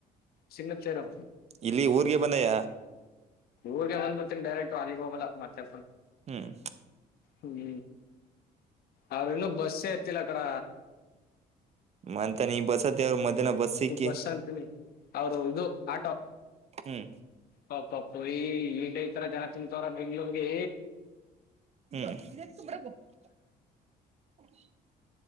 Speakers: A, on the left; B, on the right.
A: ಚಿನ್ನದ ತೇರು
B: ಇಲ್ಲಿ ಊರ್ಗೆ ಬಂದಯ
A: ಊರ್ಗೆ ಒಂದ್ ಬರ್ತೀನ ಡೈರೆಕ್ಟ್ ಅಲಿಗೆ ಹೋಗಲ್ಲ ಮತ್ತೆ
B: ಹ್ಮ್
A: ಹ್ಮ್ ಅವ್ರ ಇನ್ನುೂ ಬಸ್ಸೇ ಅತಿಲ್ಲ ಅ ಕಡ
B: ಮಂತ ನೀ ಬಸತ್ತ ಅವ್ರ ಮಧ್ಯಾಹ್ನ ಬಸ್ ಸಿಕ್ಕಿ
A: ಬಸಅಂತೀನಿ ಅವರು ಇದು ಆಟೋ
B: ಹ್ಮ್
A: ಪಪಪ್ಪ ಈ ಹೆಂಡ ಈತರ ಜನ ತೂಮ್ಮತಾವರ ಬೆಂಗಳೂರಿಗೆ
B: <unintelligible>